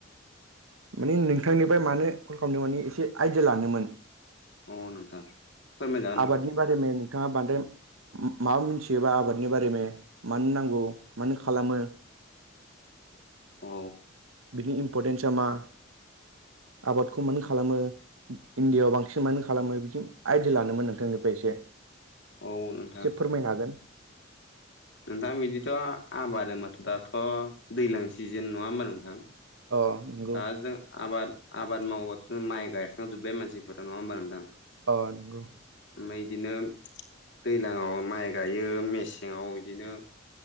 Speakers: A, on the right; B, on the left.
A: माने नोंथांनिफ्राय मानो कल खालामदों माने एसे आइदिया लानोमोन।
B: औ नोंथां। फोरमायजागोन
A: आबादनि
B: नोंथां
A: बारै मैया नोंथाङा बांद्राय माबा मोनथियोबा आबादनि बारैनो मानो नांगौ मानो खालामो?
B: औ
A: बिनि इमपर्टेनसआ मा? आबादखौ मानो खालामो इण्डियाआव बांसिन मानो खालामो? बिदि आय बिदि लानोमोन‌ नोंथांनिफ्राय एसे एसे
B: औ नोंथां
A: फोरमायनो हागोन।
B: नोंथां बिदिथ' आबाद होनबाथ' दाथ' दैज्लां सिजेन नङा होमबा नोंथां?
A: अ' नंगौ
B: दा जों आबाद-आबाद मावोबाथ' जों माइ गायखांजोब्बाय मानसिफोरा नङा होमबा नोंथां?
A: औ नंगौ।
B: ओमफय बिदिनो दैज्लाङाव माइ गायो। मेसेङाव बिदिनो